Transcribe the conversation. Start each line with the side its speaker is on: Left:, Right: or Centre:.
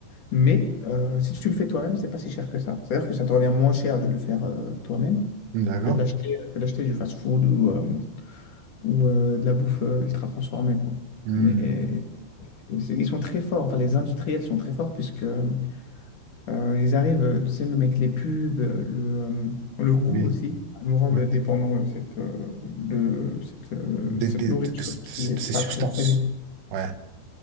Left: mais
Right: Oui.
Left: euh, si tu le fais toi-même, c'est pas si cher que ça. C'est-à-dire que ça te revient moins cher de le faire euh, toi-même
Right: D'accord.
Left: que de l'acheter euh, que d'acheter du fast-food ou, euh, ou euh, de la bouffe euh, ultra transformée, quoi.
Right: Hmm.
Left: Mais c'est- ils sont très forts. Enfin, les industriels sont très forts puisque euh, Euh, ils arrivent, euh, tu sais, même avec les pubs, euh, le, euh, le goût
Right: Oui.
Left: aussi, à nous rendre
Right: Ouais.
Left: dépendants de cette, euh, de cette, euh,
Right: Des-
Left: cette
Right: des-
Left: nourriture
Right: de, de- de-
Left: qui n'est pas
Right: ces substances.
Left: très saine
Right: Ouais.